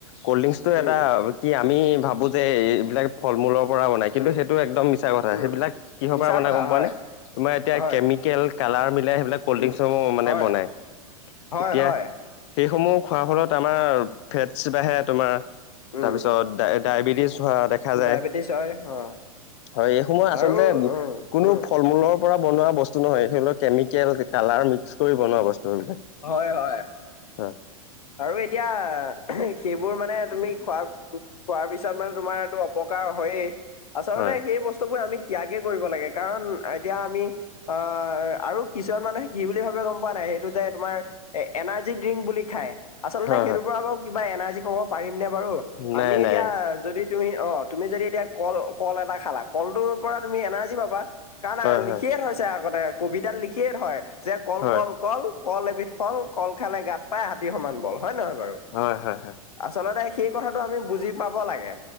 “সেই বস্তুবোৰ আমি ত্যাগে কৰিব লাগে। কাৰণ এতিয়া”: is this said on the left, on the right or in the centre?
Left